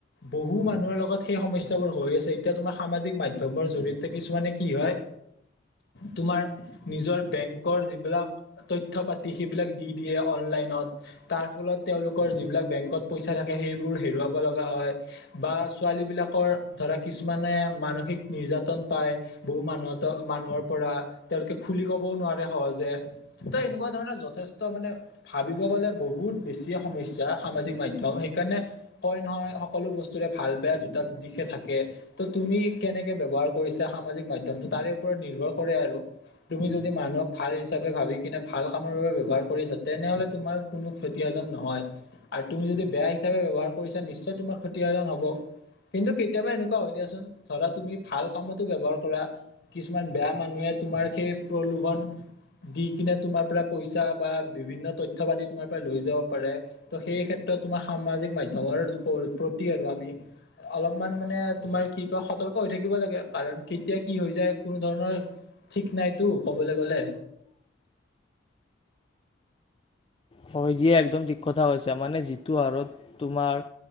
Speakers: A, on the left; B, on the left.
A: বহু মানুহৰ লগত সেই সমস্যাবোৰ হৈ আছে এতিয়া তোমাৰ সামাজিক মাধ্যমৰ জৰিয়তে কিছুমানে কি হয়। তোমাৰ নিজৰ বেংক যিবিলাক তথ্য পাতি সেইবিলাক দি দিয়ে অনলাইনত তাৰ ফলত তেওঁলোকৰ যিবিলাক বেংকত পইচা থাকে সেইবোৰ হেৰুৱাব লগা হয় বা ছোৱালী বিলাকৰ ধৰা কিছুমানে মানসিক নিৰ্যাতন পাই বহু মানুহ মানুহৰ পৰা তেওঁলোকে খুলি ক'বও নোৱাৰে। সহজে ত এনেকুৱা ধৰণৰ যথেষ্ট মানে ভাবিব গ'লে বহুত বেছিয় সমস্যা। সামাজিক মাধ্যম সেইকাৰণে। কয় নহয় সকলো বস্তুৰে ভাল বেয়া দুটা দিশে থাকে ত তুমি কেনেকে ব্যৱহাৰ কৰিছা। সামাজিক মাধ্যম তাৰে ওপৰত নিৰ্ভৰ কৰে আৰু তুমি যদি মানুহক। ভাল হিচাপে ভাবি কিনে ভাল কামৰ বাবে ব্যৱহাৰ কৰিছে তেনেহলে তোমাৰ কোনো ক্ষসন নহয় আৰু তুমি যদি বেয়া হিচাপে ব্যৱহাৰ কৰিছা নিশ্চয় তোমাৰ ক্ষতিসাধন হব। কিন্তু কেতিয়াবা এনেকুৱা হয় দিয়াচোন ধৰা তুমি ভাল কামতো ব্যৱহাৰ কৰা কিছুমান বেয়া মানুহে তোমাৰ সেই প্ৰলোভন দি কিনে তোমাৰ পৰা পইচা বা বিভিন্ন তথ্য পাতি তোমাৰ পৰা লৈ যাব পাৰে ত' সেই। ক্ষেত্ৰত তোমাৰ সামাজিক মাধ্যমৰ প্ৰতি আৰু আমি অলপমান মানে তোমাৰ। কি কয় সতৰ্ক হৈ থাকিব লাগে কাৰণ কেতিয়া কি হৈ যায় কোনো ধৰণৰ ঠিক নাইতো কবলৈ গ'লে।
B: হয় দিয়ে একদম ঠিক কথা হৈছে মানে যিটো হাৰত তোমাৰ